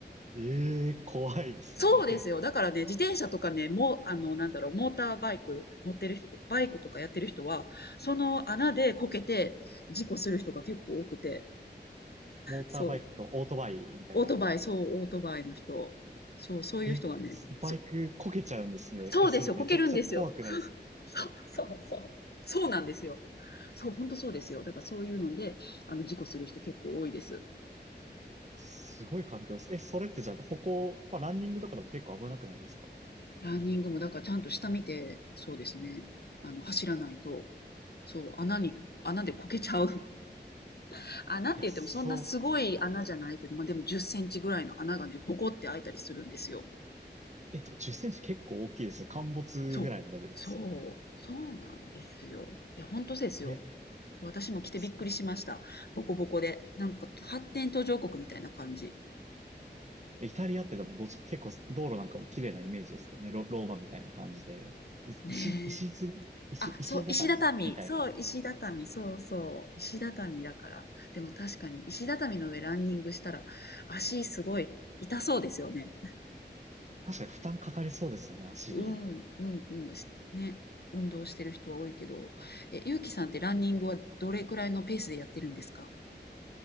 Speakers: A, on the right; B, on the left.
A: ええー、怖いですね。
B: そうですよ。だからね、自転車とかね、もうあの、なんだろう、モーターバイク持ってる人とか、バイクとかやってる人は、その穴でこけて事故する人が結構多くて、
A: <laughs> モーターバイクとオートバイみたいな。
B: そう。オートバイ、そう、オートバイの人。そう、そういう人がね、
A: え、すバイクこけちゃうんですね。
B: そ、そうですよ、
A: え、それめちゃくちゃ怖くないですか
B: こけるんですよ。そう、そう、そう。そうなんですよ。そう、本当そうですよ。だからそういうので、あの、事故する人結構多いです。
A: すごい環境です。え、それってじゃあ歩行、まあ、ランニングとかでも結構危なくないですか
B: ランニングも、だからちゃんと下見て、そうですね、あの、走らないと、そう、穴に、穴でこけちゃう。<laughs> 穴って言ってもそんなすごい穴じゃないけど、
A: いや、そ
B: まあ、でも10センチぐらいの穴がね、ボコって開いたりするんですよ。
A: う。え、でも10センチ結構大きいですよ。陥没ぐらいのレベルですよね。
B: そう。そう。そうなんですよ。いや、本当そうですよ。
A: えー、
B: そう、私も着てびっくりしました。
A: そ
B: ボコボコで。なんか発展途上国みたいな感じ。
A: イタリアってでもどっちか結構道路なんかも綺麗なイメージですけどね。ロ、ローマみたいな感じで。い石、
B: ねえ。
A: 石積み石、
B: あ、
A: 石畳みたいな。
B: そう、石畳。そう、石畳。そうそう。石畳だから。でも確かに石畳の上ランニングしたら足すごい痛そうですよね。
A: 確かに負担かかりそうですよね、足に。
B: うん、うん、うん。しね。運動してる人は多いけど。え、ゆうきさんってランニングはどれくらいのペースでやってるんですか